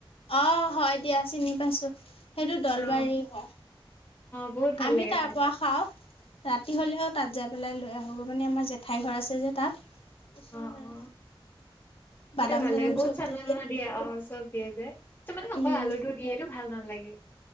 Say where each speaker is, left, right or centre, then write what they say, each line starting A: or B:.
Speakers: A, on the left; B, on the left.
A: অ হয় দিয়া চিনি পাইছো সেইটো দলবাৰী
B: অ
A: হ।
B: অ বহুত ভাল
A: আমি
B: লাগে
A: তাৰ
B: খাই
A: পৰা খাওঁ। ৰাতি হ'লেও তাত যাই পেলাই লৈ আহোগৈ মানে আমাৰ জেঠাই ঘৰ আছে যে তাত। ওচৰৰে।
B: অ অ
A: বাদাম
B: সেইটো ভাল
A: চাদাম
B: লাগে বহুত
A: চব
B: চানা
A: দি
B: চানা দিয়ে অ চব দিয়ে যে কিু মানে অক
A: উম
B: আলু টো দিয়ে এইটো ভাল। লাগে